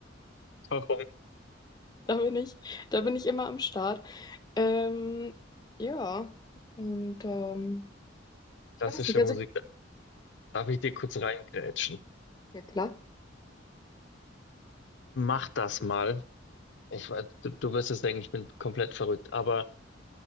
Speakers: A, on the left; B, on the left.
A: Warum?
B: Da bin ich, da bin ich immer am Start. Ähm, ja, und ähm, ich
A: Klassische
B: weiß nicht, also
A: Musik. Darf ich dir kurz reingrätschen?
B: ja klar,
A: Mach das mal. Ich, weiß, du, du wirst es denken, ich bin komplett verrückt, aber